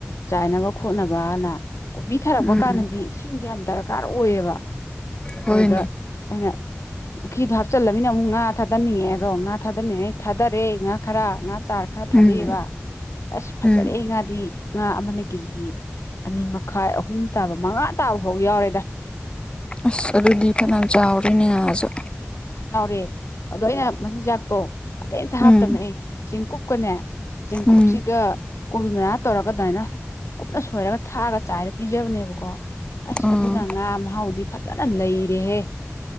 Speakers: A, on the left (about 80°); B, on the left (about 20°).
A: ꯆꯥꯏꯅꯕ ꯈꯣꯠꯅꯕꯅ ꯀꯣꯕꯤ ꯊꯥꯔꯛꯄ
B: ꯎꯝ
A: ꯀꯥꯟꯗꯗꯤ ꯏꯁꯤꯡꯁꯦ ꯌꯥꯝ ꯗꯔꯀꯥꯔ ꯑꯣꯏꯌꯦꯕ
B: ꯍꯣꯏꯅꯦ
A: ꯑꯗꯨꯗ ꯑꯩꯅ ꯄꯨꯈ꯭ꯔꯤꯗ ꯍꯥꯞꯆꯜꯂꯕꯅꯤꯅ ꯑꯃꯨꯛ ꯉꯥ ꯊꯥꯗꯅꯤꯡꯉꯛꯑꯦꯗꯣ ꯉꯥ ꯊꯥꯗꯅꯤꯡꯉꯦ ꯊꯥꯗꯔꯦ ꯉꯥ ꯈꯔ ꯉꯥ ꯆꯥꯔ ꯈꯔ ꯊꯥꯗꯩꯑꯦꯕ
B: ꯎꯝ
A: ꯑꯁ ꯐꯖꯔꯦ
B: ꯎꯝ
A: ꯉꯥꯗꯤ ꯉꯥ ꯑꯃꯅ ꯀꯦꯖꯤ ꯑꯅꯤ ꯃꯈꯥꯏ ꯑꯍꯨꯝ ꯇꯥꯕ ꯃꯉꯥ ꯇꯥꯕ ꯐꯥꯎꯕ ꯌꯥꯎꯔꯦꯗ
B: ꯑꯁ ꯑꯗꯨꯗꯤ ꯐꯅꯥꯝ ꯆꯥꯎꯔꯦꯅꯦ ꯉꯥꯁꯨ
A: ꯆꯥꯎꯔꯦ ꯑꯗꯣ ꯑꯩꯅ ꯃꯆꯤꯟꯖꯥꯛꯇꯣ ꯑꯇꯩꯩ ꯑꯝꯇ ꯍꯥꯞꯇꯕꯅꯦ
B: ꯎꯝ
A: ꯑꯩ ꯆꯦꯡꯀꯨꯞꯀꯅꯦ ꯆꯦꯡꯀꯨꯞꯁꯤꯒ
B: ꯎꯝ
A: ꯀꯣꯕꯤ ꯃꯅꯥ ꯇꯧꯔꯒ ꯑꯗꯨꯃꯥꯏꯅ ꯀꯨꯞꯅ ꯁꯣꯏꯔꯒ ꯊꯥꯛꯑꯒ ꯆꯥꯏꯔ ꯄꯤꯖꯕꯅꯦꯕꯀꯣ ꯑꯁ
B: ꯑꯥ
A: ꯑꯗꯨꯅ ꯉꯥ ꯃꯍꯥꯎꯗꯤ ꯐꯖꯅ ꯂꯩꯔꯦꯍꯦ